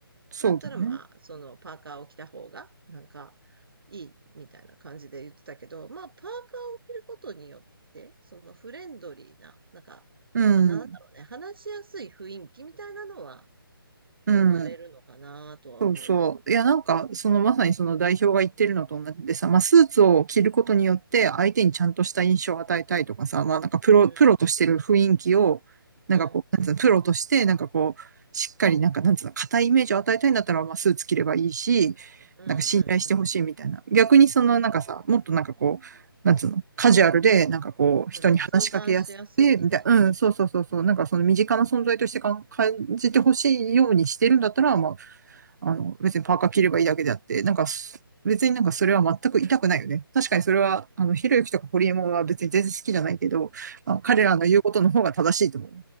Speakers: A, on the right (about 50°); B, on the right (about 70°).
A: そうだね。
B: だったらまあ、そのパーカーを着た方が、なんか、いいみたいな感じで言ってたけど、まあ、パーカーを着ることによって、そのフレンドリーな、なんか、
A: うん、
B: あなんだろうね、話しやすい雰囲気みたいなのは
A: うん。
B: 生まれるのかなとは思うよね。
A: そうそう。いや、なんか、そのまさにその代表が言ってるのと同じでさ、まあ、スーツを着ることによって相手にちゃんとした印象を与えたいとかさ、まあ、なんかプロ、
B: うん、
A: プロとしてる雰囲気を、なんかこう、
B: うん、
A: なんつうの、プロとして、なんかこう、しっかり、なんか、なんつうの、硬いイメージを与えたいんだったら、まあ、スーツ着ればいいし、
B: うん、
A: なんか信頼してほしいみたいな。
B: うん、
A: 逆にその、
B: うん。
A: なんかさ、もっとなんかこう、なんつうの、カジュアルで、なんかこう、
B: うん、
A: 人に話しかけやすくて、
B: 相談しやすいみたいなね。
A: みたいな、うん、そうそうそうそう、なんかその身近な存在としてかん感じてほしいようにしてるんだったら、まあ、あの、別にパーカー着ればいいだけであって、なんか別になんかそれは全く痛くないよね。確かにそれは、あの、ひろゆきとかホリエモンは別に全然好きじゃないけど、まあの彼らの言うことの方が正しいと思う。